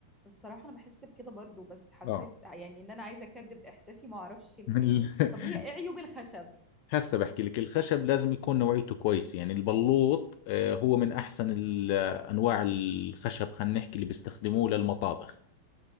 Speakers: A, in the centre; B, on the left.
A: الصراحة انا بحس بكده برضو بس حسيت
B: آه
A: يعني ان انا عايزة اكدب احساسي ما اعرفش
B: من-
A: ليه
B: ال-
A: طب هي
B: <laughs>
A: ايه عيوب الخشب
B: هسه بحكي لك الخشب لازم يكون نوعيته كويس يعني البلوط آه، هو من أحسن ال- أنواع الخشب خلينا نحكي اللي بيستخدموه للمطابخ